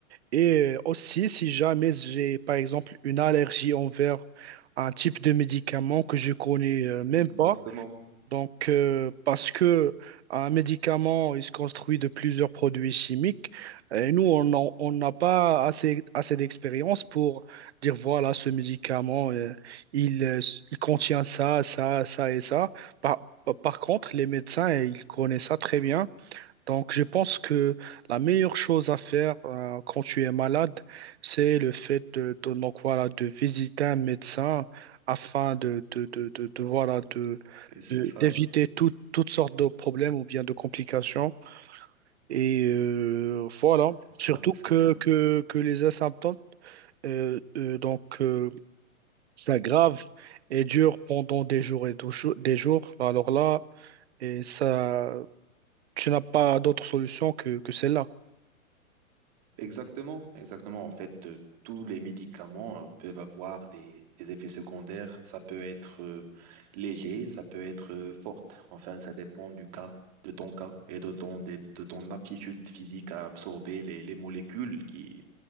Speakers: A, on the right; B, on the right.
A: Et euh, aussi, si jamais j'ai, par exemple, une allergie envers un type de médicament que je connais euh, même
B: Exactement.
A: pas, donc, euh, parce que un médicament, il se construit de plusieurs produits chimiques, et nous, on en- on n'a pas assez, assez d'expérience pour dire, voilà, ce médicament, euh, il, euh, il contient ça, ça, ça et ça. Par, par contre, les médecins, ils connaissent ça très bien. Donc, je pense que la meilleure chose à faire euh, quand tu es malade, c'est le fait de, de, donc, voilà, de visiter un médecin afin de, de, de, de, de, voilà, de,
B: Et c'est
A: de-
B: ça,
A: d'éviter tout- toutes sortes de problèmes ou bien de complications. Et euh, voilà,
B: c'est ça,
A: surtout
B: c'est
A: que,
B: ça.
A: que, que les asymptômes euh, euh, donc euh, s'aggrave et dure pendant des jours et des jours. des jours. Alors là, et ça, tu n'as pas d'autre solution que, que celle-là.
B: Exactement, exactement. En fait, euh, tous les médicaments euh, peuvent avoir des, des effets secondaires. Ça peut être euh, léger, ça peut être euh, forte. Enfin, ça dépend du cas, de ton cas et de ton, des- de, ton aptitude physique à absorber les, les molécules qui,